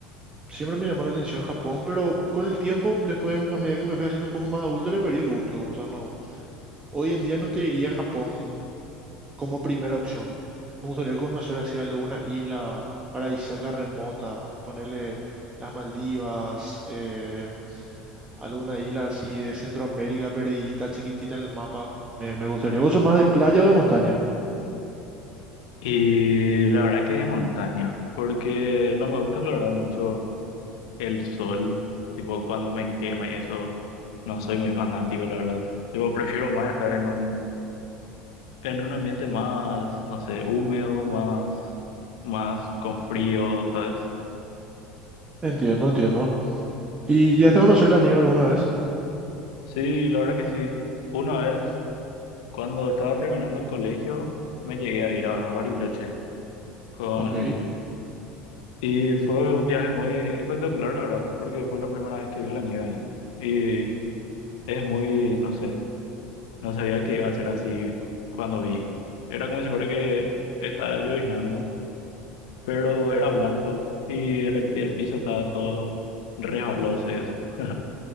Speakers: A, on the right (about 25°); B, on the left (about 70°).
A: Siempre me llamó la atención Japón, pero con el tiempo, después, a medida que me fui haciendo un poco más adulto, le perdí el gusto. O sea, no, hoy en día no te diría Japón como primera opción. Me gustaría conocer así alguna isla paradisíaca remota, ponerle las Maldivas, eh, alguna isla así de Centroamérica perdidita, chiquitita en el mapa. Me, me gustaría. ¿Vos sos más de playa o de montaña?
B: Y la verdad que de montaña, porque no me gusta la verdad mucho. el sol, tipo cuando me quema, eso no soy muy fanático, la verdad. Tipo, prefiero más estar en un, en un ambiente más, no sé, húmedo, más, más con frío, ¿sabes?
A: Entiendo, entiendo. ¿Y ya te conocer la nieve alguna vez?
B: Sí, la verdad que sí. Una vez, cuando estaba terminando el colegio, me llegué a ir a Bariloche con...
A: Ok.
B: Y fue un viaje muy espectacular, la verdad, porque fue la primera vez que vi la nieve ahí. Y es muy, no sé. No sabía que iba a ser así cuando vi. Era como si fuera que estaba lloviznando, pero era blanco y en el, pi- el piso estaba todo resbaloso y eso. <laughs>